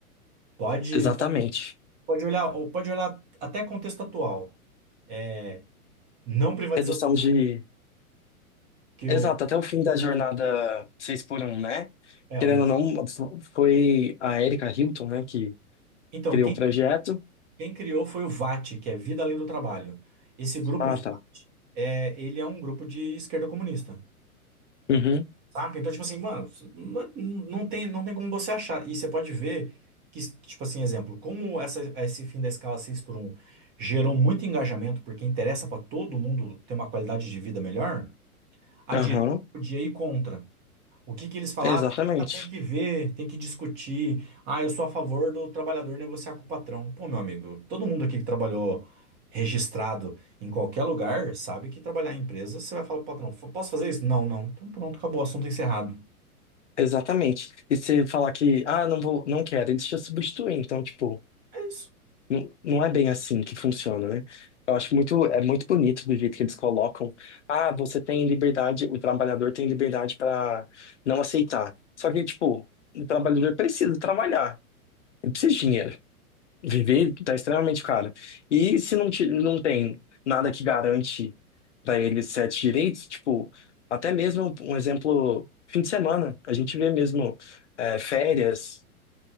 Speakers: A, on the right; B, on the left.
A: Pode,
B: Exatamente.
A: pode olhar, ou pode olhar até contexto atual. é, Não privatização,
B: Redução de.
A: que
B: Exato,
A: o,
B: até o fim da jornada 6 por um né?
A: é,
B: Querendo
A: o
B: ou não, fo- foi a Erika Hilton, né, que
A: então
B: criou
A: quem
B: o projeto.
A: criou, quem criou foi o VAT, que é Vida Além do Trabalho. Esse grupo
B: Ah, tá.
A: é, ele é um grupo de esquerda comunista.
B: Uhum,
A: Saca? Então, tipo assim, mano, não não tem, não tem como você achar. E você pode ver que, tipo assim, exemplo, como essa, esse fim da escala 6 por um gerou muito engajamento, porque interessa pra todo mundo ter uma qualidade de vida melhor, a
B: aham.
A: direita podia ir contra. O que que eles falaram?
B: Exatamente.
A: Ah, tem que ver, tem que discutir. Ah, eu sou a favor do trabalhador negociar com o patrão. Pô, meu amigo, todo mundo aqui que trabalhou registrado em qualquer lugar sabe que trabalhar em empresa, você vai falar pro patrão, posso fazer isso? Não, não. Então pronto, acabou, assunto encerrado.
B: Exatamente. E você falar que, ah, não vou, não quero, eles te substituem. Então, tipo,
A: É isso.
B: Não, não é bem assim que funciona, né? Eu acho muito, é muito bonito do jeito que eles colocam. Ah, você tem liberdade, o trabalhador tem liberdade para não aceitar. Só que, tipo, o trabalhador precisa trabalhar, ele precisa de dinheiro. Viver tá extremamente caro. E se não, te, não tem nada que garante para ele certos direitos, tipo, até mesmo um exemplo, fim de semana, a gente vê mesmo é, férias.